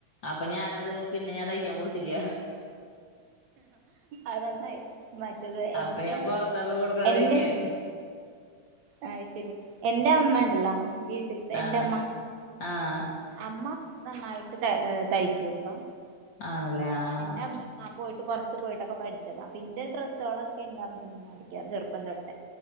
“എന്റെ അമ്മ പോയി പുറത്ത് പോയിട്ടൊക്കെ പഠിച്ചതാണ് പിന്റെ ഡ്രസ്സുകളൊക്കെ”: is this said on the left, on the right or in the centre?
Right